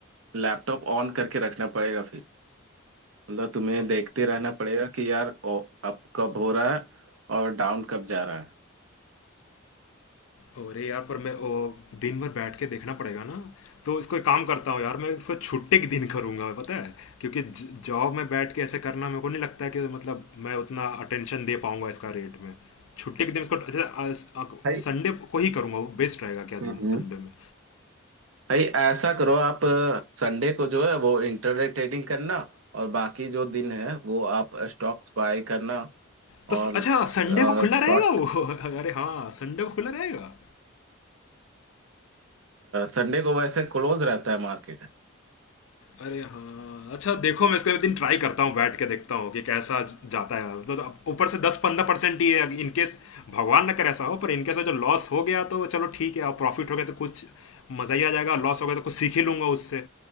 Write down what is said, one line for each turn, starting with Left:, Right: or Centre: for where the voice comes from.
Right: लैपटॉप ऑन करके रखना पड़ेगा फिर मतलब तुम्हें
Left: अ-
Right: देखते रहना पड़ेगा कि यार ओ, अप कब हो रहा है और डाउन कब जा रहा है
Left: अरे यार पर मैं ओ, दिन भर बैठ के देखना पड़ेगा ना तो इसको एक काम करता हूँ यार मैं इसको छुट्टी के दिन करूंगा पता है क्योंकि ज- जॉब में बैठ के ऐसे करना मेरे को नहीं लगता है कि मतलब मैं उतना अटेंशन दे पाऊंगा इसका रेट में छुट्टी के दिन इसको अच्छा
Right: भाई
Left: संडे को ही करूंगा वो बेस्ट रहेगा क्या
Right: हम्म
Left: दिन संडे में
Right: भाई ऐसा करो आप संडे को जो है वो इंटरनेट ट्रेडिंग करना और बाकी जो दिन है वो आप स्टॉक्स बाय करना
Left: तो स-
Right: और
Left: अच्छा
Right: शॉर्ट
Left: संडे को खुला रहेगा वो <laughs> अरे हाँ संडे को खुला रहेगा
Right: संडे को वैसे क्लोज रहता है मार्केट
Left: अरे हाँ अच्छा देखो मैं इसका एक दिन ट्राई करता हूँ बैठ के देखता हूँ कि कैसा ज- जाता है मतलब अब ऊपर से दस पंद्रह परसेंट ही है इन केस भगवान ना करे ऐसा हो पर इन केस जो लॉस हो गया तो चलो ठीक है और प्रॉफिट हो गया तो कुछ मजा ही आ जाएगा लॉस हो गया तो कुछ सीख ही लूंगा उससे